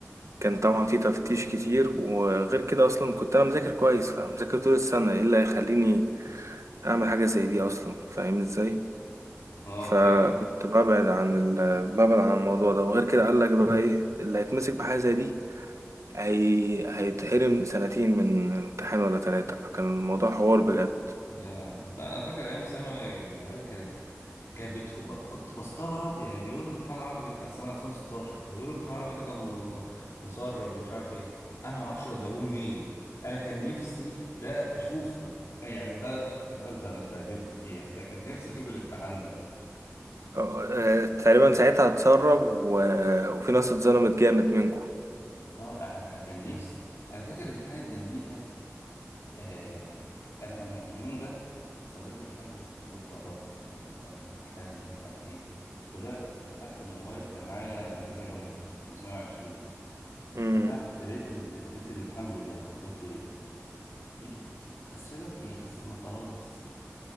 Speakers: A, on the right; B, on the left.
A: كان طبعا في تفتيش كتير وغير كده أصلا كنت أنا مذاكر كويس فمذاكر طول السنة إيه اللي هيخليني اعمل حاجه زي دي اصلا فاهمني ازاي
B: اه
A: فكنت
B: فاكر
A: ببعد عن ال... ببعد عن الموضوع ده وغير كده قال لك بقى ايه اللي هيتمسك بحاجه زي دي هي... هيتحرم سنتين من امتحان ولا ثلاثه فكان الموضوع حوار بجد
B: يا لا انا فاكر ايام ثانوي العيال كانت كانت بتخ... ب- كنت بستغرب يعني بيقولوا امتحان العربي ده اصل انا 2016 فبيقولوا امتحان العربي ده كان م... مسرب ومش عارف ايه انا ما اعرفش جابوه منين انا كان نفسي ده اشوفه يعني ده, ده اكتر ماده انا اتبهدلت فيها انا كان نفسي اشوف الامتحان ده
A: آه، تقريبا ساعتها اتسرب و... وفي ناس اتظلمت جامد منكم
B: آه، انا أنا كان نفسي انا فاكر امتحان الديناميكا آه انا انا اليوم ده صليت الفجر قلت يا رب يا رب بقى الامتحان ومش عارف ايه طلعت فتحت الموبايل كان معايا نوكيا لوميا 520
A: امم
B: فتحت لقيت ال... لقيت الامتحان بالاجابه قلت ايه ده ايه اللي... تسريبات ايه بس ما خلاص